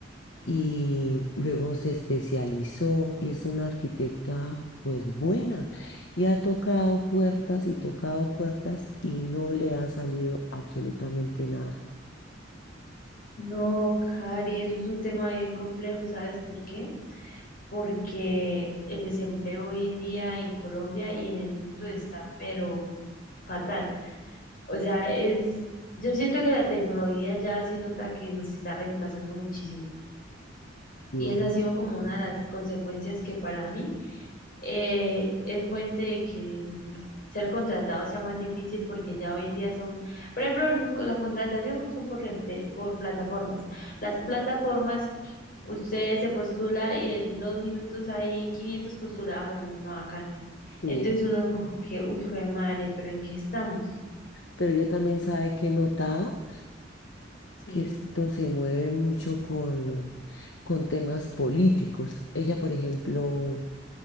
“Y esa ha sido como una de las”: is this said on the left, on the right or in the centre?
Left